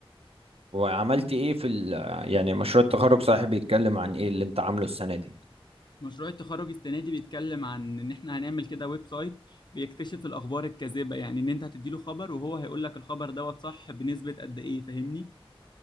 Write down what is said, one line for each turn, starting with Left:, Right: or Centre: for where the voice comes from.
Right: وعملت ايه في ال يعني مشروع التخرج صاحبي بيتكلم عن ايه اللي انت عامله السنة دي
Left: مشروع التخرج السنه دي بيتكلم عن ان احنا هنعمل كده ويب سايت بيكتشف الاخبار الكاذبه يعني ان انت هتديله خبر وهو هيقول لك الخبر دوت صح بنسبه قد ايه فاهمني